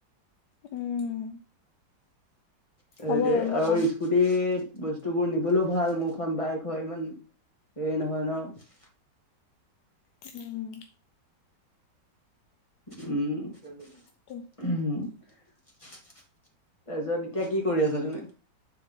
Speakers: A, on the left (about 70°); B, on the left (about 15°).
A: উম।
B: সেইটোয়ে,
A: হ'ব বাৰু মই
B: আৰু
A: ক'ম
B: স্কুটি টিট বস্তুবোৰ নিবলৈও ভাল। মোৰখন বাইক হয় ইমান হেৰি নহয় ন?
A: উম।
B: উম। উ তাৰপিছত
A: ত-
B: এতিয়া কি কৰি আছা তুমি?